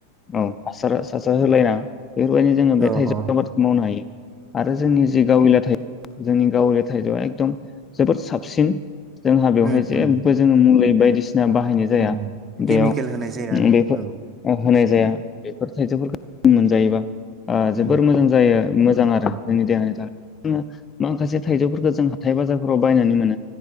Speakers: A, on the left; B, on the right.
A: औ आसार सा सा होलायना। बेफोरबायदिनो जोङो बेथाइ
B: औ औ
A: <unintelligible> मावनो हायो आरो जोंनि जि गावलिया थाइ जोंनि गाविलाया थाइजौआ एकदम जोबोद साबसिन। जोंहा बेवहाय
B: उम
A: जेबो
B: उम
A: जोङो मुलि बायदिसिना बाहायनाय जाया
B: उम केमिकेल
A: बेयाव
B: होनाय जाया आरो
A: बेफोर
B: औ
A: अ। होनाय जाया बेफोर थाइजौफोरखौ <unintelligible> मोनजायोबा आ
B: उम
A: जोबोर मोजां जायो मोजां आरो
B: उम
A: जोंनि देहानि थाखाय। ओं माखासे थाइजौफोरखौ जों हाथाय बाजारफोराव बायनानै मोनो।